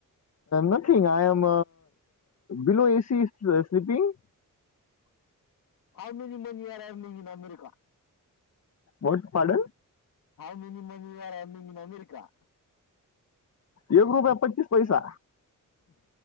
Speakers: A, on the left (about 55°); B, on the left (about 80°).
A: nothing I am below AC sleeping <inaudible>
B: how many <unintelligible> मणी याारयरमन अमेरिक
A: what पाड
B: how many मन are मिंग in America
A: एक रुपये पच्चीस पैसा